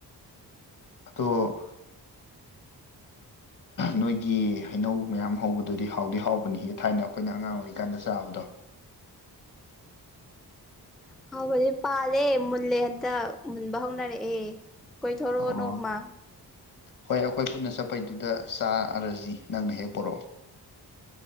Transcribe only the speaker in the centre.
ꯍꯥꯎꯕꯅꯦ ꯄꯥꯂꯦ ꯃꯂꯦ ꯑꯇ ꯃꯨꯟꯕ ꯍꯧꯅꯔꯛꯑꯦ ꯀꯣꯏꯊꯣꯔꯛꯑꯣ
ꯅꯣꯡꯃ